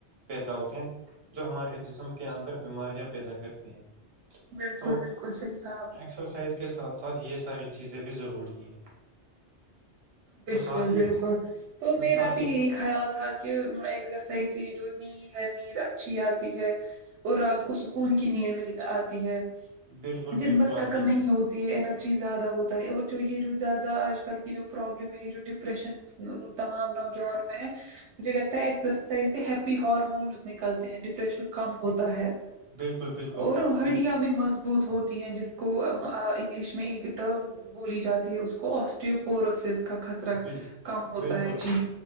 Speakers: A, on the right; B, on the right.
A: پیدا ہوتے ہیں جو ہمارے جسم کے اندر بیماریاں پیدا کرتی ہیں
B: بالکل
A: تو
B: بالکل صحیح کہا آپ نے
A: ایکسرسائز کے ساتھ ساتھ یہ ساری چیزیں بھی ضروری ہیں
B: بالکل
A: تو ساتھ
B: بالکل
A: ہی
B: تو میرا
A: ساتھ
B: بھی
A: ہی
B: خیال تھا کہ ایک در صحیح سی جو نید ہے نیند اچھی آتی ہے اور رات کو سکون کی نیند مل آتی ہے
A: بالکل
B: دن
A: بالکل
B: بھر
A: آتی
B: تھکم نہیں ہوتی ہے انرجی زیادہ ہوتا ہے اور جو یہ جو زیادہ آج کل کی جو پروابلم ہے یہ جو ڈپریشن تمام نوجوانوں میں ہے مجھے لگتا ہے ایکسرسائز سے ہیپی ہارمونس نکلتے ہیں ڈریشن کم ہوتا ہے
A: بالکل بالکل دیکھیے
B: اور ہڈیا بھی مضبو بت ہوتی ہیں جس کو انگلش میں ایک ٹرم بولی جاتی ہے اس کو آسٹو پورسز کا خطرہ
A: بال
B: کم ہوتا
A: بالکل
B: ہے جی